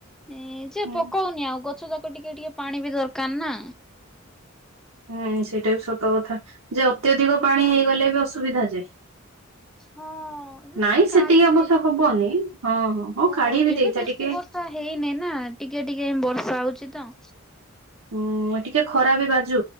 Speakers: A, in the centre; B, on the right.
A: ଇ ଯେ
B: ହୁଁ।
A: ପକଉନି ଆଉ ଗଛ ତ ଟିକେ ଟିକେ ପାଣି ବି ଦରକାର ନା?
B: ହୁଁ ସେଇଟା ବି ସତ କଥା ଯେ ଅତ୍ୟଧିକ ପାଣି ହେଇଗଲେ ବି ଅସୁ ସୁବିଧା ଯେ
A: ହଁ। ହଁ ସେ
B: ନାଇଁ
A: ସେଟା
B: ସେତିକି
A: କାଡି
B: ଅବଶ୍ୟ
A: ଦେଇଛି
B: ହବନି ହଁ
A: ହଁ
B: କାଢି ବି ଦେଇଥା
A: ଏବେ ବେଶୀ
B: ଟିକେ
A: ବର୍ଷା ହେଇନି ନା ଟିକେ ଟିକେ ବର୍ଷା ହଉଛି ତ।
B: ହୁଁ ଟିକେ ଖରା ବି ବାଜୁ।